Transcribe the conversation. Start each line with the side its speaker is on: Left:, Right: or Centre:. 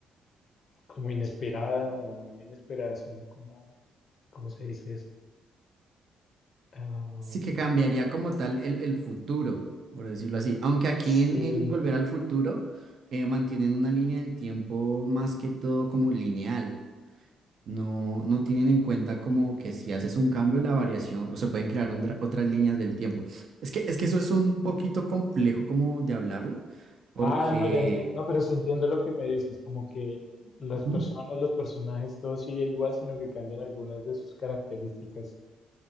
Left: como inesperada o no inesperada, sino como, ¿cómo se dice esto? Ah,
Right: Sí que cambiaría como tal el, el futuro, por decirlo así. Aunque aquí
Left: sí.
Right: en, en Volver al Futuro eh, mantienen una línea del tiempo más que todo como lineal. No, no tienen en cuenta como que si haces un cambio, la variación, o se pueden crear ondra- otras líneas del tiempo. Es que, es que eso es un poquito complejo como de hablarlo, porque...
Left: Ah, no, ya entiendo. No, pero sí entiendo lo que me dices, como que las
Right: Ujú.
Left: personas, los personajes, todo sigue igual, sino que cambian algunas de sus características,